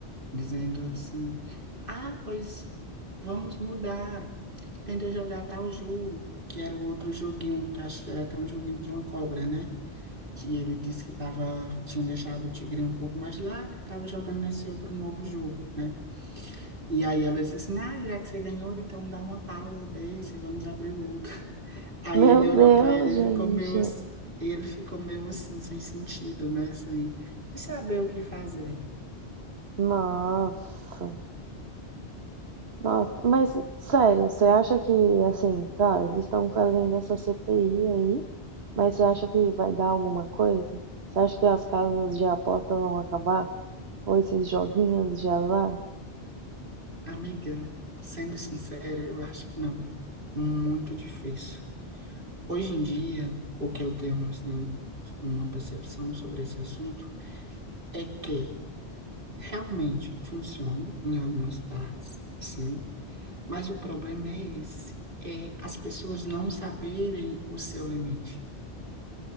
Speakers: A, on the right; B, on the right.
A: dizendo assim: Ah, pois vamos mudar, tenta jogar tal jogo, que era o outro joguinho, que acho que era até um joguinho de uma cobra, né? Que ele disse que tava, tinha deixado o tigre um pouco mais lá, que tava jogando nesse outro novo jogo, né? E aí ela disse assim: Ah, já que você ganhou, então dá uma pausa desse, vamos abrir o outro. Aí
B: Meu
A: ele
B: Deus,
A: olhou pra ela e
B: gente.
A: ficou meio assim, ele ficou meio assim, sem sentido, né? Sem, sem saber o que fazer.
B: Nossa. Nossa, mas sério, você acha que, assim, tá, eles estão fazendo essa CPI aí, mas você acha que vai dar alguma coisa? Você acha que as casas de aposta vão acabar? Ou esses joguinhos de azar?
A: Amiga, sendo sincero, eu acho que não. Muito difícil. Hoje em dia, o que eu tenho, assim, uma percepção sobre esse assunto é que realmente funciona em algumas partes, sim, mas o problema é esse, é as pessoas não saberem o seu limite.